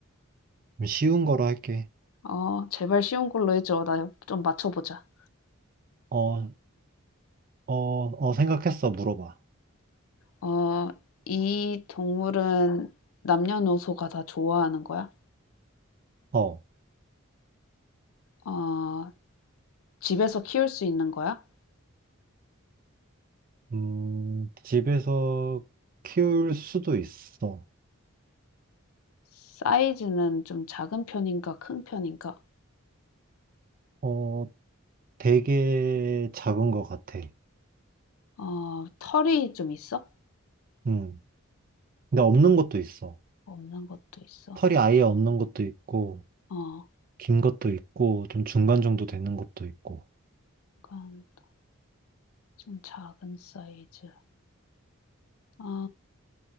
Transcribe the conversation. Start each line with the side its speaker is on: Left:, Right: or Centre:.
Right: 그럼 쉬운 거로 할게.
Left: 어 제발 쉬운 걸로 해 줘. 나 좀 맞춰 보자.
Right: 어, 어, 어, 생각했어. 물어봐.
Left: 어 이 동물은 남녀노소가 다 좋아하는 거야?
Right: 어.
Left: 어 집에서 키울 수 있는 거야?
Right: 음, 집에서 키울 수도 있어.
Left: 사이즈는 좀 작은 편인가 큰 편인가?
Right: 어, 되게 작은 것 같아.
Left: 어 털이 좀 있어?
Right: 음, 근데 없는 것도 있어.
Left: 없는 것도 있어.
Right: 털이 아예 없는 것도 있고,
Left: 어
Right: 긴 것도 있고, 좀 중간 정도 되는 것도 있고.
Left: 약간 좀 작은 사이즈. 어